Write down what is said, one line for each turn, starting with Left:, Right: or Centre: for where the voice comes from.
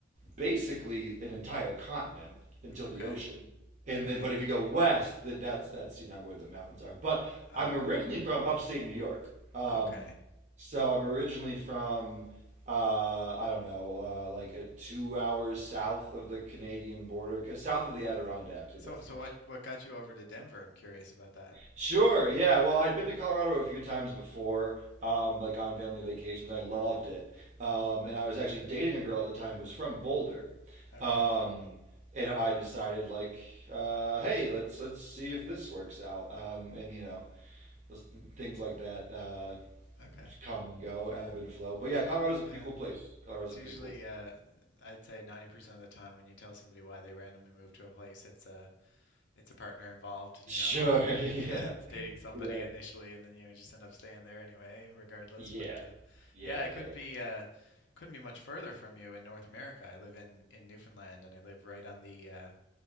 Right: basically an entire continent until
Left: Okay.
Right: the ocean. And
Left: Really?
Right: then, but if you go west, that that's that's you know where the mountains are. But
Left: Oh,
Right: I'm
Left: okay.
Right: originally from upstate New York, um,
Left: Okay.
Right: so I'm originally from uh, I don't know, uh, like a two hours south of the Canadian border, 'cause south of the
Left: Okay.
Right: Adirondacks, if
Left: So,
Right: that's
Left: so
Right: any.
Left: what what got you over to Denver? I'm curious about that.
Right: Sure. Yeah. Well, I'd been to Colorado a few times before, um,
Left: Mm,
Right: like on family vacations. I loved it. Um,
Left: mm.
Right: and I was actually dating a girl at the time who was from Boulder.
Left: Okay.
Right: Um, and I decided like, uh, hey, let's let's see if this works out. Um, and you know, those things like that uh,
Left: Okay.
Right: come and go, ebb and flow. But yeah, Colorado's
Left: Yeah.
Right: a pretty cool place. Colorado's
Left: It's
Right: a pretty
Left: usually
Right: cool place.
Left: uh I'd say 90% of the time when you tell somebody why they randomly move to a place, it's a it's a partner involved, you
Right: Sure.
Left: know. <laughs>
Right: <laughs> Yeah.
Left: It's dating somebody
Right: Yeah.
Left: initially and then you just end up staying there anyway, regardless.
Right: Yeah.
Left: But uh
Right: Yeah.
Left: yeah, I
Right: Yeah.
Left: couldn't be uh couldn't be much further from you in North America. I live in in Newfoundland and I live right on the uh